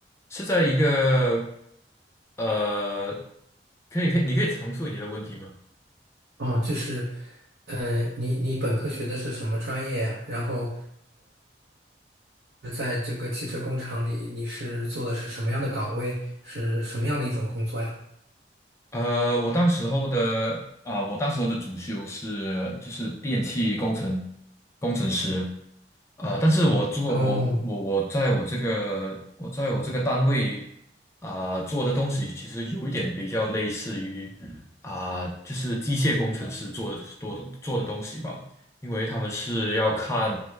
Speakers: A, on the left; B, on the right.
A: 是在一个呃，可以可以，你可以重述你的问题吗？
B: 哦，就是，呃，你你本科学的是什么专业呀？然后在这个汽车工厂里，你是做的是什么样的岗位？是什么样的一种工作呀？
A: 呃，我当时候的啊、我当时候的主修是就是电气工程工程师，啊、但是我做我我我在我这个我在我这个单位
B: 哦，
A: 啊、做的东西，其实有一点比较类似于啊、就是机械工程师做的多的做的东西吧，因为他们是要看